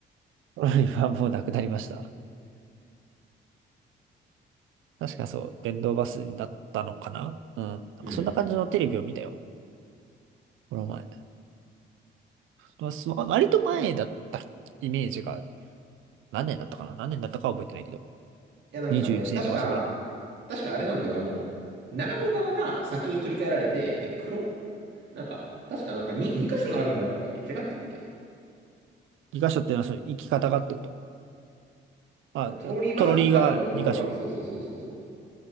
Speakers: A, on the right; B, on the right.
A: <laughs> 今もうなくなりました。確かそう、電動バスになったのかなうん。なんかそんな感じのテレビを見たよ。
B: うん。い
A: この前ね。まあそう割と前だったイメージがある。何年だったかな何年だったかは覚えてないけど。
B: や、なんかね、
A: 21年とかそこらね。
B: 確か、確かあれなんだよ、あの、長野側が先に取り替えられて、で、黒、なんか、確かなんか2、2箇所あるんじゃなかったっけ違ったっけ
A: 2箇所っていうのはその生き方がってこと。あ、
B: トロリーバス使ってたところが、
A: あトロリーが2箇所。
B: そうそうそうそうそう。